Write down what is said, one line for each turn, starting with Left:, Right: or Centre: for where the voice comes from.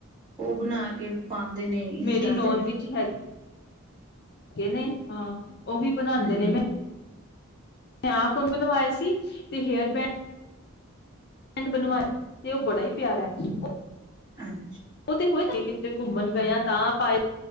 Right: ਉਹ ਬਣਾ ਕੇ ਪਾਉਂਦੇ ਨੇ ਇੰਸਟਾ
Left: ਮੇਰੀ ਨੋਨ
Right: ਤੇ।
Left: ਵਿੱਚ ਹੈ ਹੈਗੇ ਨੇ, ਹਾਂ। ਉਹ ਵੀ ਬਣਾਉਂਦੇ
Right: ਹਾਂਜੀ।
Left: ਨੇ ਮੈਂ <unintelligible> ਬਣਵਾਏ ਸੀ ਤੇ ਹੇਅਰ ਬੈਂਡ ਪਿੰਡ ਬਣਵਾਏ ਤੇ ਉਹ ਬੜਾ ਹੀ ਪਿਆਰਾ ਉਹ
Right: ਅੱ
Left: ਉਹ ਤੇ ਹੋਏ ਕਿਥੇ ਘੁੰਮਣ ਗਏ ਆ। ਤਾਂ ਪਾਏ